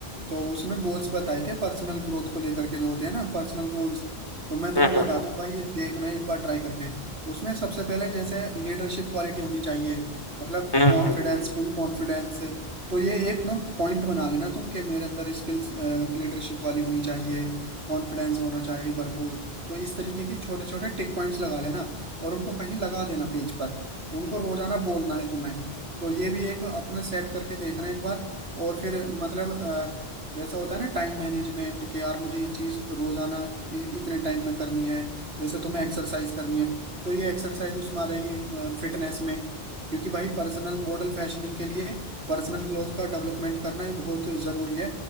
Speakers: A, on the right; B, on the left.
A: तो उसमें गोल्स बताए थे पर्सनल ग्रोथ को लेकर के जो होते हैं ना पर्सनल गोल्स तो मैं तुम्हें
B: हम्म
A: बताता
B: हम्म
A: हूँ भाई ये देखना एक बार ट्राई करके उसमें सबसे पहले जैसे लीडरशिप क्वालिटी होनी चाहिए मतलब
B: हम्म हम्म,
A: कॉन्फिडेंस
B: हम्म।
A: फुल कॉन्फिडेंस तो ये एक ना पॉइंट बना लेना तुम कि मेरे अंदर स्किल्स लीडरशिप वाली होनी चाहिए कॉन्फिडेंस होना चाहिए भरपूर तो इस तरीके की छोटे छोटे टिक पॉइंट्स लगा लेना और उनको कहीं लगा देना पेज पर उनको रोजाना बोलना है तुम्हें तो ये भी एक अपना सेट करके देखना एक बार और फिर मतलब अ, जैसा होता है ना टाइम मैनेजमेंट कि यार मुझे ये चीज रोजाना इ- इतने टाइम में करनी है जैसे तुम्हें एक्सरसाइज करनी है तो ये एक्सरसाइज उसमें आ रहेगी फिटनेस में क्योंकि भाई पर्सनल मॉडल फैशनिंग के लिए पर्सनल ग्रोथ का डेवलपमेंट करना ये बहुत जरूरी है